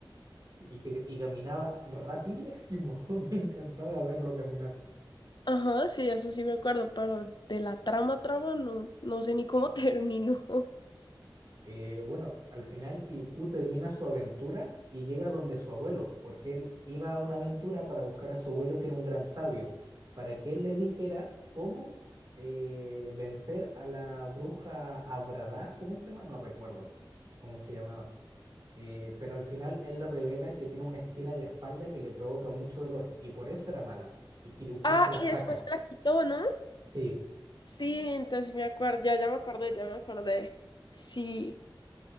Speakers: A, on the right; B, on the left.
A: Sí, y que y caminaba rapidísimo. <laughs> Me encantaba verlo caminar.
B: Ajá, sí, eso sí me acuerdo, pero de la trama, trama, no, no sé ni cómo <laughs> terminó. Ujú.
A: Eh, bueno, al final Kirikou termina su aventura y llega donde su abuelo, porque él iba a una aventura para buscar a su abuelo que era un gran sabio, para que él le dijera cómo eh, vencer a la bruja Abradá, ¿cómo se llama? No recuerdo cómo se llamaba. Eh, pero al final él le revela que tiene una espina en la espalda que le provoca mucho dolor y por eso era mala. Y Kirikou
B: Ah,
A: se la
B: y
A: saca.
B: después se la quitó, ¿no?
A: Sí.
B: Sí, entonces me acuerdo, ya, ya me acordé, ya me acordé. Sí.